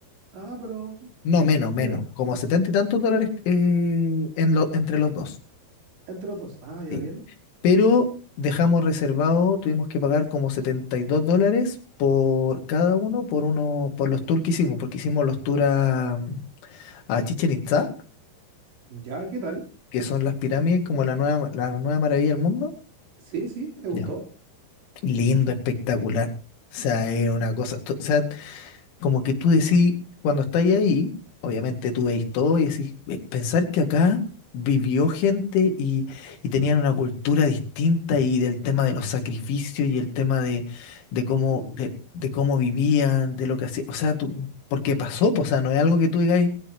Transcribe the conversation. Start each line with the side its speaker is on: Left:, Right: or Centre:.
Right: Ah, pero
Left: No, menos, menos,
Right: piola.
Left: como setenta y tantos dólares eh, en lo- entre los dos.
Right: Entre los dos. Ah, ya
Left: Sí.
Right: bien.
Left: pero dejamos reservado, tuvimos que pagar como 72 dólares por cada uno, por uno, por los tours que hicimos, porque hicimos los tours a, a Chichen Itzá,
Right: ¿Ya qué tal?
Left: que son las pirámides, como la nueva, la nueva maravilla del mundo.
Right: Sí, sí, ¿te gustó?
Left: Ya. Lindo, espectacular. O sea, es una cosa, tú- o sea, como que tú decís, cuando estáis ahí, obviamente tú veis todo y decís, "Eh, pensar que acá vivió gente y, y tenían una cultura distinta y del tema de los sacrificios y el tema de, de cómo,
Right: Uh,
Left: de, de cómo vivían, de lo que hacían, o sea, tú, porque pasó, po, o sea, no es algo que tú digáis,